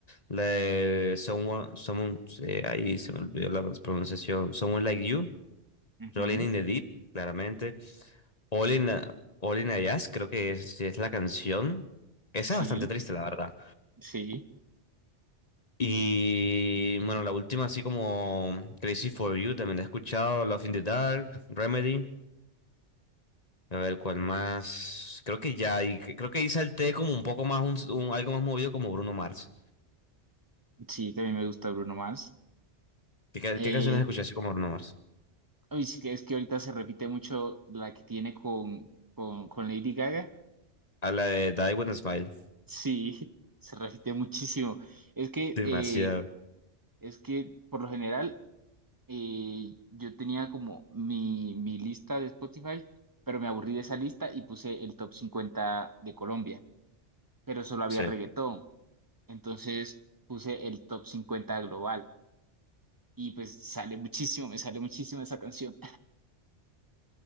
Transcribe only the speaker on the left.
la de Someone... Someone eh, ahí se me olvidó la pronunciación. Someone Like You.
Rolling in the Deep, claramente. All in, All in a Jazz, creo que es, sí es la canción. Esa es
bastante triste, la verdad.
Y bueno, la última, así como Crazy for You, también la he escuchado. Love in the Dark, Remedy. A ver, ¿cuál más? Creo que ya, y que- creo que ahí salté como un poco más, un, un- algo más movido como Bruno Mars.
¿Qué, ca-
qué canciones escuché así como Bruno Mars?
A la de Die With a Smile.
Demasiado,
sí.